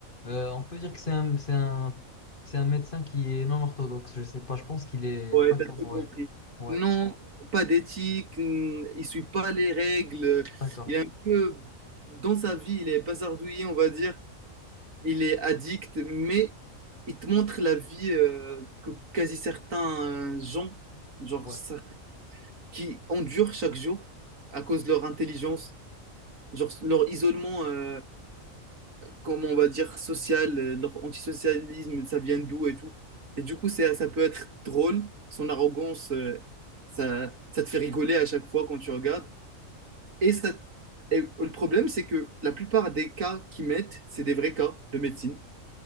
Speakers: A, on the left; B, on the right.
A: euh, on peut dire que c'est un, c'est un, c'est un médecin qui est non orthodoxe, je sais pas, je pense qu'il est
B: Ouais,
A: pas
B: t'as
A: comme,
B: tout
A: ouais,
B: compris.
A: ouais,
B: Non, pas d'éthique, hmm, il suit pas les règles,
A: d'accord,
B: il est un peu, dans sa vie, il est bazardouillé, on va dire, il est addict, mais il te montre la vie euh, que quasi certains euh, gens, genre,
A: ouais.
B: ça- qui endurent chaque jour à cause de leur intelligence, genre leur isolement, euh, comment on va dire, social, euh, leur antisocialisme, ça vient d'où et tout. Et du coup, c'est, ça peut être drôle. Son arrogance, euh, ça, ça te fait rigoler à chaque fois quand tu regardes. Et, ça, et le problème, c'est que la plupart des cas qu'ils mettent, c'est des vrais cas de médecine.